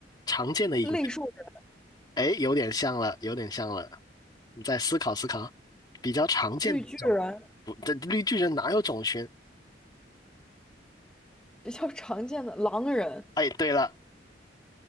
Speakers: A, on the left; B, in the centre.
A: 常见的影
B: 类兽人
A: 哎，有点像了，有点像了。你再思考思考，比较常见的种，
B: 绿巨人，
A: 不，这绿巨人哪有种群？
B: 比较常见的狼人，
A: 哎，对了，